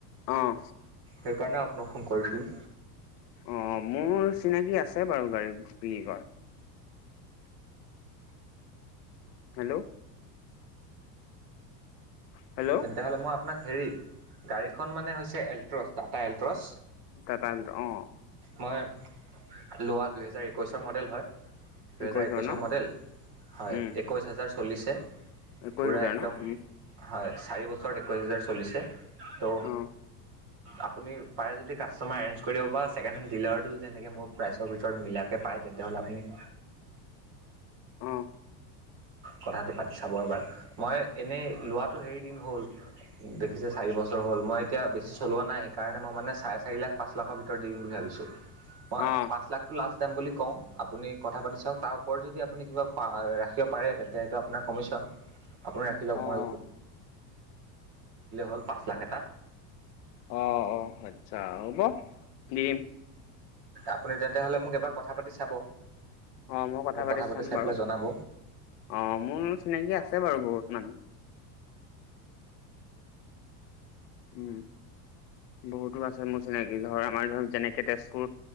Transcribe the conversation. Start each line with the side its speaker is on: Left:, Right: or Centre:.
Left: অ'।
Right: সেইকাৰণে আপোনাক ফোন কৰিছিলোঁ।
Left: অ', মোৰ চিনাকি আছে বাৰু গাড়ী বিক্ৰী কৰা। হেল্ল' হেল্ল'
Right: তেন্তে হ'লে মই আপোনাক হেৰি গাড়ীখন মানে হৈছে এল্ট্ৰছ টাটা এল্ট্ৰছ
Left: টাটা এল্ট্ৰ অ
Right: মই লোৱা দুহেজাৰ একৈশৰ মডেল হয় দুহেজাৰ
Left: একৈশ
Right: একৈছৰ
Left: হাজাৰ ন
Right: মডেল হয়
Left: উম,
Right: একৈছ হাজাৰ চলিছে
Left: একৈশ
Right: পূৰা
Left: হাজাৰ
Right: একদম
Left: ন উম,
Right: হয় চাৰি বছৰত একৈছ হোজাৰ চলিছে তো
Left: অ',
Right: আপুনি পাৰে যদি কাষ্টমাৰ এৰেঞ্ কৰি দিব বা ছেকেণ্ড হেণ্ড ডিলাৰতটো যদি তেনেকৈ মোৰ প্ৰাইচৰ ভিতৰত মিলাকৈ পায় তেনে তেতিয়াহ'লে আপুনি
Left: <inaudible> অ',
Right: কথাটো পাতি চাব এবাৰ মই এনেই লোৱাত হেৰী দিন হ'ল দেখিছে চাৰি বছৰ হ'ল মই এতিয়া বেছি চলোৱা নাই সেইকাৰণে মই মানে চাৰে চাৰি লাখ পাঁচ লাখৰ ভিতৰত দি দিম বুলি ভাবিছোঁ মই
Left: অ',
Right: পাঁচ লাখটো লাষ্ট বুলি কওঁ আপুনি কথা পাতি চাওক তাৰ ওপৰত যদি আপুনি কিবা ৰাখিব পাৰে তেন্ত সেইটো আপোনাৰ কমিশন আপোনি ৰাখিলওক মই
Left: অ',
Right: হ'ল পাঁচ লাখ এটা
Left: অ অ আচ্ছা হ'ব দিম
Right: আপুনি তেন্তে হ'লে মোক এবাৰ কথা পাতি চাব
Left: অ মই কথা
Right: মোক
Left: পাতি চাম
Right: চাই
Left: বাৰু
Right: পেলাই জনাব
Left: অ মোৰ চিনাকি আছে বাৰু বহুত মানুহ উম বহুতো আছে মোৰ চিনাকি ধৰ আমাৰ ধৰ যেনেকে তেজপুৰ